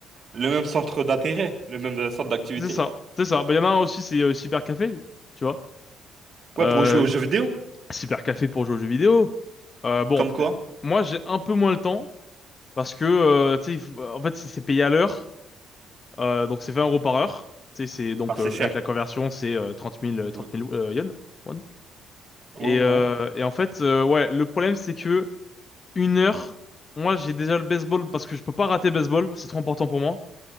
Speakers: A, on the right; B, on the left.
A: le même centre d'intérêt, le même euh, centre d'activité.
B: C'est ça, c'est ça. Bah, il y en a un aussi, c'est euh, Cybercafé, tu vois.
A: Ouais,
B: Euh,
A: pour jouer aux jeux vidéo.
B: super café pour jouer aux jeux vidéo. Euh, bon,
A: Comme quoi?
B: moi j'ai un peu moins le temps parce que euh, tu sais, il faut- en fait c'est c'est payé à l'heure, euh, donc c'est 20 euros par heure. Tu sais, c'est donc
A: Ah, c'est
B: euh,
A: cher.
B: avec la conversion c'est euh, 30 000 euh, 30
A: Euh,
B: 000 euh, yens, won.
A: Bon,
B: Et, euh,
A: ouais.
B: et en fait euh, ouais le problème c'est que une heure, moi j'ai déjà le baseball parce que je peux pas rater baseball, c'est trop important pour moi.